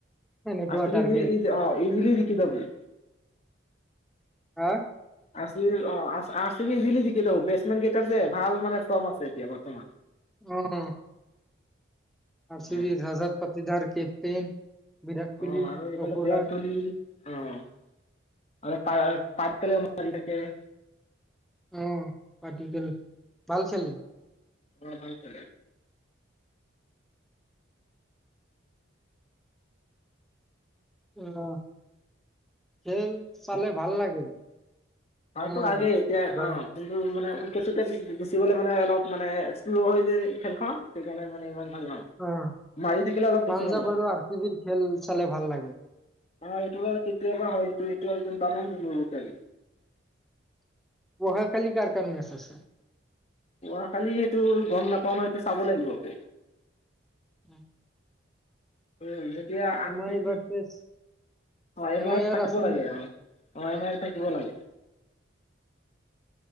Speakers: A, in the centre; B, on the left.
A: এনেকুৱা
B: আছিলি
A: টাৰ্গেট
B: যি ই-ইজিলি জিকি যাবি।
A: হা?
B: আৰ চি বি অ' আৰ চি বি ইজলি জিকি যাব। বেটচমেনকেইটা তাত যে ভাল মানে ফৰ্ম আছে এতিয়া বৰ্তমান।
A: উম। আৰ চি
B: অ
A: বি ৰজত পট <unintelligible> কেপ্টেইন। বিৰাট
B: অ
A: কোহলি
B: আৰু এইফালে
A: চপদাৰ
B: বিয়াত কোহলি অ আৰু তাৰ পাতকালে <unintelligible>
A: অ', পাতিদাৰ ভাল খেলে।
B: অ', ভাল খেলে।
A: <unintelligible> খেল, চালে ভাল লাগে।
B: আৰুতো
A: সময়
B: আগে এতিয়া
A: যায়
B: অ কিন্তু মানে <unintelligible> গুচি গ'লে মানে অলপ মানে শ্ল' হৈ যায় খেলখন সেইকাৰণে মানে ইমান হয়, হয়,
A: অ
B: মাৰি থাকিলে অলপ বেছি
A: পাঞ্জাৱ
B: ভাল লাগে,
A: আৰু আৰ চি বিৰ খেল চালে ভাল লাগে
B: অ' এইটো বাৰু কেতিয়াবা হয় এইটো <unintelligible> <unintelligible>
A: অহা কালি কাৰ কাৰ মেটচ আছে?
B: যোৱা কালি এইটো গম নাপাও নহয়, এইটো চাব লাগিব আকৌ।
A: উম।
B: অ যেতিয়া আঠ কেজি,
A: আই ভাৰ্চেছ
B: অ এম আইত
A: আইৰ
B: থাকিব
A: আছে
B: লাগে
A: নেকি
B: অ - অ এমই থাকিব লাগে।